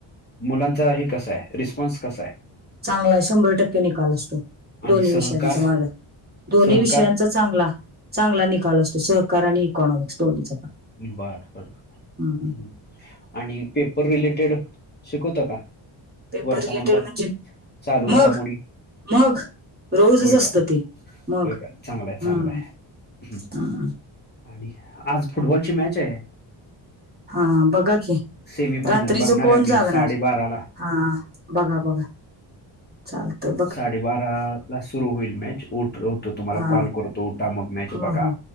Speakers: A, on the left; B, on the right.
A: मुलांचा हे कसा आहे रिस्पॉन्स कसा आहे?
B: चांगला शंभर टक्के निकाल असतो
A: आणि
B: दोन्ही
A: सहकार
B: विषयांचा मार्ग दोन्ही
A: सहकार?
B: विषयांचा चांगला, चांगला निकाल असतो सहकार आणि इकॉनॉमिक्स दोन्हीचा. पण
A: बर बर
B: हम्म.
A: आणि पेपर रिलेटेड शिकवत का?
B: पेपर
A: वर्तमानपत्र,
B: रिलेटेड म्हणजे?
A: चालू
B: मग
A: घडामोडी.
B: मग रोजच
A: होय
B: असत
A: का?
B: ते मग
A: होय का चांगला आहे चांगला
B: हम्म.
A: आहे
B: हम्म.
A: आणि आज फुटबॉलची मॅच आहे.
B: हा बघा की
A: सेमी फायनल
B: रात्रीच
A: बघणार
B: कोण
A: आहे मी
B: जागणार.
A: साडेबाराला
B: हा बघा बघा. चालतं.
A: साडेबारा ला सुरू होईल मॅच उठवतो तुम्हाला
B: हा
A: कॉल करतो उठा मग मॅच
B: हो
A: बघा.
B: हो